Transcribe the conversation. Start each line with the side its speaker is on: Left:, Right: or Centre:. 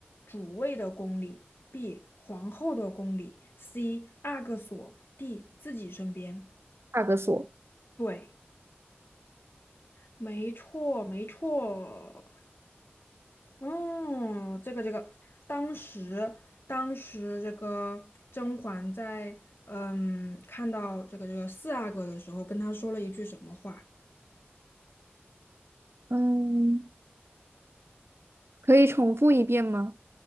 Left: 主位的宫里，B 皇后的宫里，C 阿哥所，D 自己身边。
Right: 帕格索。
Left: 对，没错，没错。哦，这个这个，当时当时这个甄嬛在嗯看到这个这个四阿哥的时候，跟他说了一句什么话？
Right: 嗯。可以重复一遍吗？